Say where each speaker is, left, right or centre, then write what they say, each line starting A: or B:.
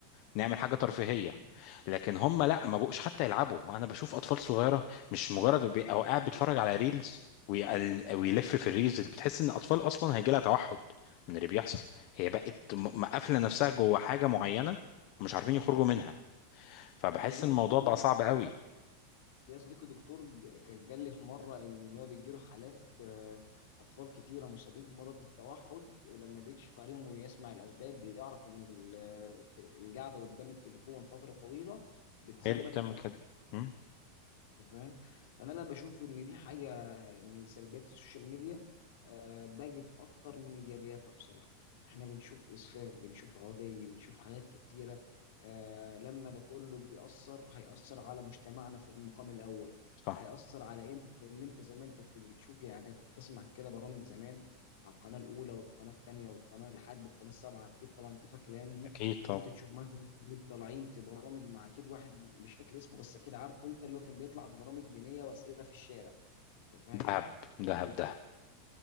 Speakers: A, on the left; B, on the left.
A: نعمل حاجة ترفيهية
B: <laughs>
A: لكن هم لا ما بقوش حتى يلعبوا انا بشوف اطفال صغيرة مش مجرد بي- او قاعد بيتفرج على ريلز ويقل- ويلف في الريلز اللي بتحس ان الاطفال اصلا هيجي لها توحد من اللي بيحصل هي بقت م- مقفلة نفسها جوه حاجة معينة ومش عارفين يخرجوا منها فبحس
B: انا ليا
A: ان الموضوع
B: صديقي
A: بقى صعب قوي
B: ليا صديقي دكتور ج- كان قال لي في مره ان هو بيجي له حالات آه، اطفال كتيره مصابين بمرض التوحد ولما بيكشف عليهم ويسمع الاسباب بيعرف ان ال- القعده قدام التليفون فتره طويله بتسبب
A: هي اللي بتعمل
B: التوحد
A: كده مم؟
B: أنت فاهم فانا لا بشوف ان دي حاجه من سلبيات السوشيال ميديا آه، بقت اكتر من ايجابياتها بصراحه احنا بنشوف اسفاف بنشوف عري بنشوف حاجات كتيره آه، لما ده كله بيأثر هيأثر على مجتمعنا في المقام الاول
A: صح
B: هيأثر على ان ان انت زمان كنت بتشوف يعني أنا كنت اسمع كده برامج زمان على القناه الاولى والقناه الثانيه والقناه لحد القناه السابعه اكيد طبعا انت فاكر الايام دي
A: اكيد طب
B: كنت تشوف مثلا الشباب طالعين في برامج مع اكيد واحد مش فاكر اسمه بس اكيد عارفه انت اللي هو كان بيطلع ببرامج دينيه واسئله في الشارع انت فاهم
A: دهب
B: دل-
A: دهب دهب